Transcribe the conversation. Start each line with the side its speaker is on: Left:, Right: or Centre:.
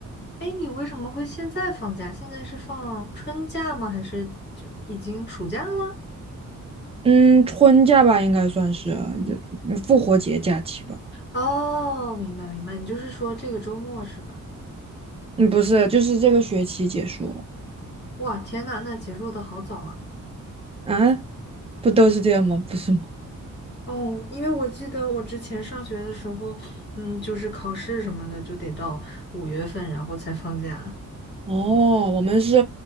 Left: 哎，你为什么会现在放假？现在是放春假吗？还是就已经暑假了？
Right: 嗯，春假吧应该算是，就嗯复活节假期吧，
Left: 哦，明白明白，你就是说这个周末是吧？
Right: 嗯，不是，就是这个学期结束了
Left: 哇，天呐，那结束的好早啊！
Right: 啊，不都是这样吗？不是吗？
Left: 哦，因为我记得我之前上学的时候，嗯，就是考试什么的就得到五月份，然后才放假。
Right: 哦，我们是，